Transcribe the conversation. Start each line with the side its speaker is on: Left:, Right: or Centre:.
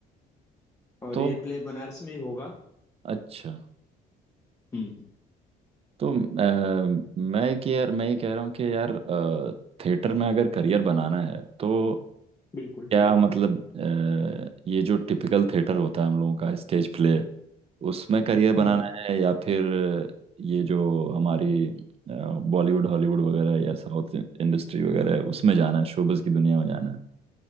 Left: और
Right: तो
Left: ये प्ले बनारस में ही होगा
Right: अच्छा
Left: हम्म
Right: तो अ, मैं कि यार मैं ये कह रहा हूँ कि यार थिएटर में अगर करियर बनाना है तो
Left: बिल्कुल
Right: क्या मतलब अ, ये जो टिपिकल थिएटर होता है हम लोगों का स्टेज प्ले उसमें करियर बनाना
Left: हम्म
Right: है या फिर ये जो हमारी बॉलीवुड हॉलीवुड वगैरह या साउथ इंडस्ट्री वगैरह है उसमें जाना है शोबिज की दुनिया में जाना है